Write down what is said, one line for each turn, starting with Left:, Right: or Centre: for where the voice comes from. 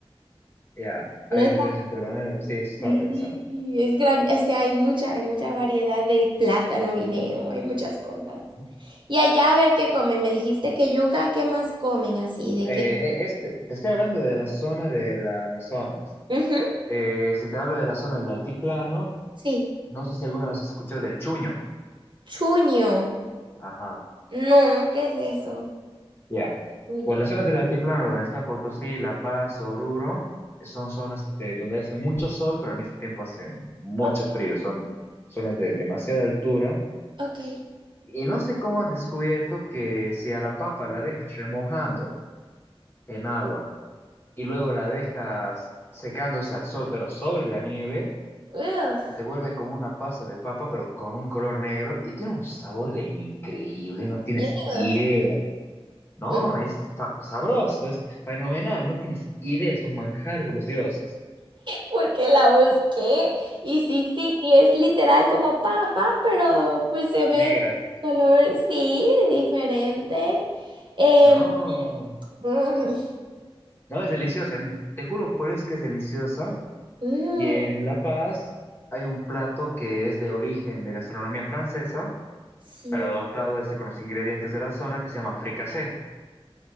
Left: Ya,
Right: No
Left: hay
Right: es
Left: diferencia entre banana y... Sí, eso estaba
Right: Sí,
Left: pensando.
Right: es grande, o sea, hay mucha, hay mucha variedad de plátano, guineo, hay muchas cosas.
Left: Ujú.
Right: Y allá a ver qué comen, me dijiste que yuca, ¿qué más comen así? ¿De
Left: Eh,
Right: qué?
Left: eh, este, te estoy hablando de la zona del Amazonas.
Right: Ujú,
Left: Eh, si te hablo de la zona del altiplano,
Right: Sí,
Left: no sé si alguna vez has escuchado del chuño.
Right: chuño.
Left: Ajá.
Right: No, ¿qué es eso?
Left: Ya.
Right: Chuño.
Left: Por las zonas del altiplano, donde está Potosí, La Paz, Oruro, son zonas este, donde hace mucho sol, pero al mismo tiempo hace mucho
Right: O-
Left: frío. Son zonas de demasiada altura.
Right: Ok.
Left: Y no sé cómo han descubierto que si a la papa la dejas remojando en agua y luego la dejas secándose al sol, pero sobre la nieve,
Right: Ugh,
Left: se te vuelve como una pasa de papa, pero con un color negro y tiene un sabor de increíble, no tienes
Right: ugh.
Left: idea.
Right: <laughs>
Left: No,
Right: Mm,
Left: es sa- sabroso, es fenomenal, no tienes idea, es un manjar de los dioses.
Right: Porque la busqué. Y sí, sí, sí, es literal como papa, pero pues se ve
Left: Negra.
Right: el color, sí, diferente. Em,
Left: No,
Right: <laughs> Mm.
Left: no, es deliciosa. Te juro por Dios que es deliciosa.
Right: Mm,
Left: Y en La Paz hay un plato que es de origen de gastronomía francesa,
Right: sí.
Left: pero adoptado este con los ingredientes de la zona que se llama fricasé.